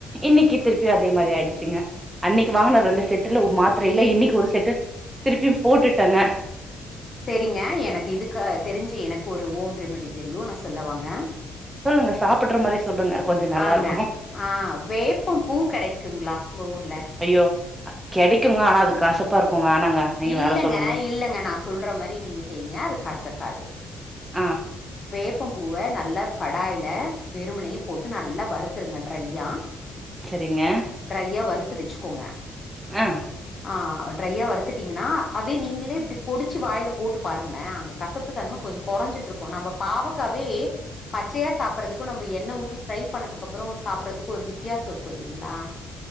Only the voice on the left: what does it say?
ஆ
இல்
ம்
ம் சேரிங்க எனக்கு இதுக்கு தெரிஞ்சி எனக்கு ஒரு ஹோம் ரெமிடி தெரியு நா சொல்ல வாங்க
அ அ வேப்பம் பூ கெடைக்குங்களா உங்க ஊர்ல
இல்லங்க
இல்லங்க நான் சொல்ற மாரி நீங்க செய்ங்க அது கசக்காது
வேப்பம் பூவ நல்லா கடாய்ல வெறுமனே போட்டு நல்லா வறுத்துருங்க ட்ரைய்யா
ட்ரையா வறுத்து வச்சுக்கோங்க
அ ட்ரையா வருத்துட்டீங்கன்னா அத நீங்களே இப்படி பொடிச்சு வாயல போட்டு பாருங்களே அந்த கசப்பு தன்மை கொஞ்சம் குறைஞ்சிட்டு இரு நம்ம பாவக்காவே பச்சையா சாப்பிடறதுக்கு நம்ம எண்ணஊத்தி ஃப்ரை பண்ணதுக்கு அப்புற சாப்பறதுக்கு ஒரு வித்தயாசோ இருக்கு இல்லைங்களா